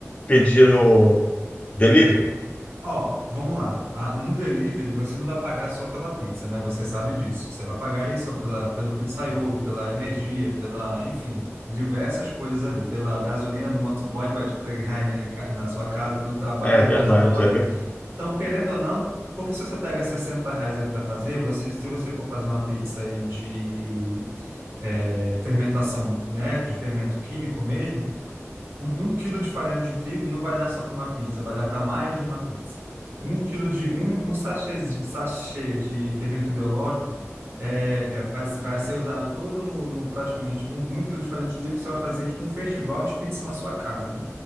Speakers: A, on the left; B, on the right.
A: pedir no delivery?
B: Ó, vamos lá. Ah, No delivery, você não vai pagar só pela pizza, né? Você sabe disso. Você vai pagar aí só pela, pelo pizzaiolo, pela energia, pela, enfim, diversas coisas ali. Pela gasolina do motoboy que vai te entregar aí ca- na sua casa, pelo trabalho
A: É
B: do
A: verdade,
B: motoboy.
A: é verdade.
B: Então, querendo ou não, porque se você pega 60 reais aí para fazer, você, se você for fazer uma pizza aí de eh, fermentação, né? De fermento químico mesmo, um, um quilo de farinha de trigo não vai dar só para uma pizza, vai dar para mais de uma pizza. Um quilo de um, um sachê, sachê de fermento biológico é, é, vai, vai ser usado todo no, no- praticamente num, num quilo de farinha de trigo que você vai fazer tipo um festival de pizza na sua casa, né?